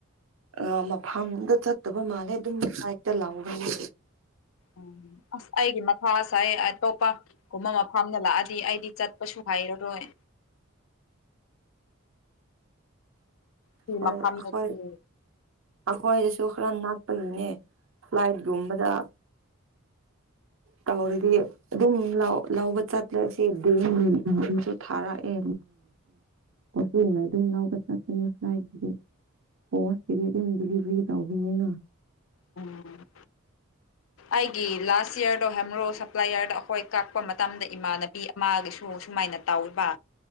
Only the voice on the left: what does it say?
ꯎꯝ ꯑꯁ ꯑꯩꯒꯤ ꯃꯊꯥꯁꯥꯏ ꯑꯇꯣꯞꯄ ꯀꯨꯝꯕ ꯃꯐꯝꯗ ꯂꯥꯛꯑꯗꯤ ꯑꯩꯗꯤ ꯆꯠꯄꯁꯨ ꯍꯩꯔꯔꯣꯏ ꯁꯤ
ꯃꯐꯝꯗꯗꯤ
ꯎꯝ ꯑꯩꯒꯤ ꯂꯥꯁ ꯌꯤꯔꯗꯣ ꯍꯥꯏꯃꯔꯨ ꯁꯄ꯭ꯂꯥꯏ ꯌꯔꯗ ꯑꯩꯈꯣꯏ ꯀꯛꯄ ꯃꯇꯝꯗ ꯏꯃꯥꯟꯅꯕꯤ ꯃꯥꯒꯤꯁꯨ ꯁꯨꯃꯥꯏꯅ ꯇꯧꯕ